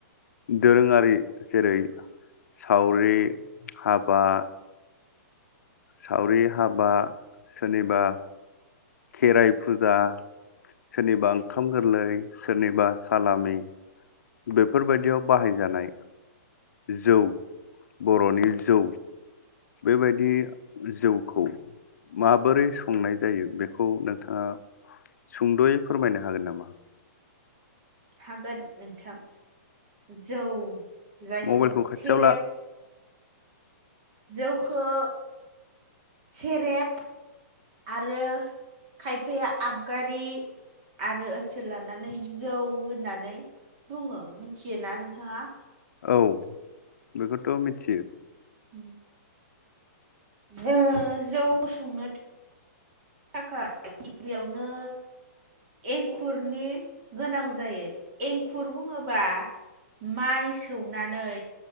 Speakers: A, on the left; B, on the right.
A: दोरोङारि जेरै सावरि हाबा सावरि हाबा सोरनिबा खेराइ फुजा सोरनिबा ओंखाम गोरलै सोरनिबा सालामि बेफोरबायदियाव बाहायजानाय जौ बर'नि जौ बेबायदि जौखौ माबोरै संनाय जायो बेखौ नोंथाङा सुंद'यै फोरमायनो हागोन नामा
B: हागोन नोंथां जौ जायखौ
A: मबाइलखौ खाथियाव
B: सेरेब
A: ला
B: जौखौ सेरेब आरो खायफाया आबगारि आरो ओनसोल लानानै जौ होननानै बुङो मिथियोना नोंथाङा
A: औ बेखौथ' मिथियो
B: उम जोङो जौ संनो थाखाय गिबियावनो एंखुरनि गोनां जायो एंखुर बुङोबा माइ सौनानै